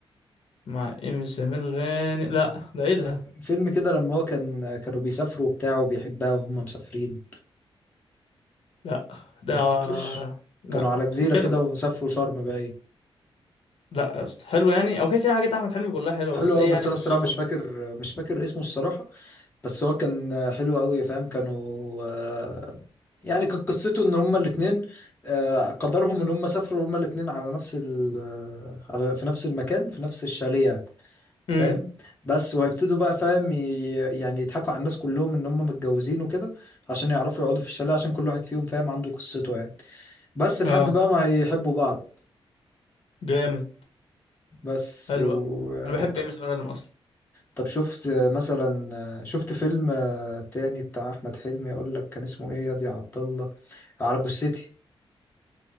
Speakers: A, on the left; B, on the left.
A: مع إيمي سمير غانم لا ده إيه
B: ف-
A: ده
B: فيلم كده لما هو كان كانوا بيسافروا وبتاع وبيحبها وهم مسافرين
A: لا ده
B: ما شفتوش
A: لا
B: كانوا على جزيرة
A: بنتكلم
B: كده وسافروا شرم باين
A: لا يا اسطى حلو يعني او كده كده حاجات احمد حلمي كلها حلوه
B: حلو
A: بس
B: قوي
A: ايه
B: بس
A: يعني
B: انا
A: قصته
B: الصراحة مش فاكر مش فاكر اسمه الصراحة بس هو كان حلو قوي يا فاهم كانوا آه، يعني كانت قصته ان هما الاتنين آه، قدرهم ان هما سافروا هما الاتنين على نفس ال آه، على في نفس المكان في نفس الشاليه يعني فاهم
A: امم
B: بس وهيبتدوا بقى فاهم ي- يعني يضحكوا على الناس كلهم ان هم متجوزين وكده عشان يعرفوا يقعدوا في الشاليه عشان كل واحد فيهم فاهم عنده قصته يعني بس لحد
A: اه
B: بقى ما هيحبوا بعض
A: جامد
B: بس
A: حلو
B: و...
A: أوي. انا بحب
B: طب
A: ايمي سمير غانم اصلا
B: طب شفت مثلا شفت فيلم تاني بتاع احمد حلمي اقول لك كان اسمه ايه ياض يا دي عبد الله على جثتي